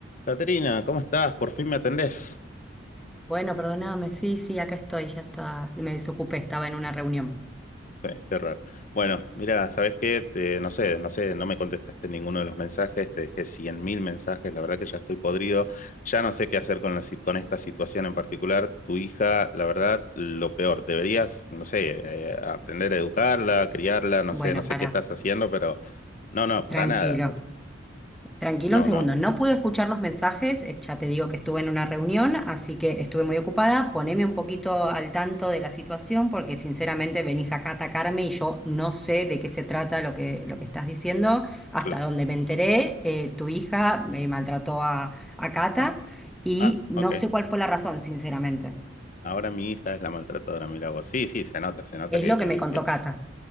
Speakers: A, on the left; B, in the centre.
A: Caterina, ¿cómo estás? Por fin me atendés.
B: Bueno, perdóname, sí, sí, acá estoy, ya estaba, me desocupé, estaba en una reunión.
A: Sí, qué raro. Bueno, mira, ¿sabés qué? Te- no sé, no sé, no me contestaste ninguno de los mensajes, te dejé 100.000 mensajes, la verdad que ya estoy podrido, ya no sé qué hacer con la, si- con esta situación en particular. Tu hija, la verdad, lo peor, deberías, no sé, eh, aprender a educarla, criarla, no
B: Bueno,
A: sé, no sé
B: pará,
A: qué estás haciendo, pero no, no, para
B: tranquilo,
A: nada. Lo que-
B: tranquilo
A: No,
B: un segundo,
A: no,
B: no pude escuchar los mensajes, eh, ya te digo que estuve en una reunión, así que estuve muy ocupada, poneme un poquito al tanto de la situación, porque sinceramente venís acá a atacarme y yo no sé de qué se trata lo que, lo que estás diciendo, hasta
A: claro.
B: donde me enteré, eh, tu hija me maltrató a, a Cata
A: Ah,
B: y
A: ah,
B: no
A: ok.
B: sé cuál fue la razón, sinceramente,
A: Ahora mi hija es la maltratadora, mira vos. Sí, sí, se nota, se nota
B: es
A: que,
B: lo
A: que,
B: que me
A: que-
B: contó
A: que-
B: Cata.